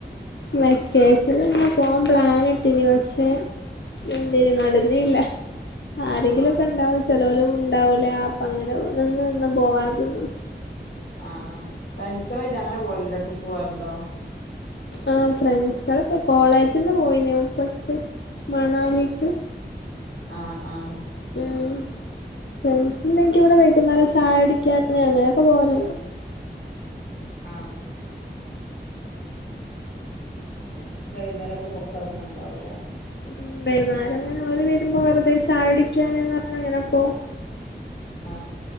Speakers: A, on the left (about 80°); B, on the left (about 65°).
A: വെക്കേഷൻലങ്ങനെ പോ പ്ലാൻ ഇട്ടീനി പക്ഷെ എന്തിന് നടന്നീല്ല ആരെങ്കിലൊക്കെണ്ടാവും
B: ആഹ്
A: ചെലോല് ഉണ്ടാവൂല അപ്പങ്ങനെ നിന്ന് നിന്ന് പോവാതെന്ന്
B: ആ ഫ്രൻസളായിട്ട് അങ്ങനെ പോവാല്ണ്ടോ ട്രിപ്പ് പോവല്ണ്ടോ
A: ആ ഫ്രണ്ട്സാളൊക്കെ കോളേജിന്ന് പോയീനു ഇപ്പട്ത്ത് മണാലിക്ക്
B: ആ ആ
A: ഊം ഫ്രണ്ട്സ്ണ്ടെങ്കി ഇവിടെ വൈകുന്നേരം ചായ കുടിക്കാൻ അങ്ങനെക്കെ പോവല്ണ്ട്
B: ആ അവടെ വൈകുന്നേരൊക്കെ പൊർത്തർങ്ങ്ണാണ്ടാവൂലേ
A: ഉം വൈന്നേരം അങ്ങനെ ഓല് വരുമ്പോ വെറുത ചായ കുടിക്കാന് ന്ന് പറഞ്ഞ് അങ്ങനെ പോകും
B: ആ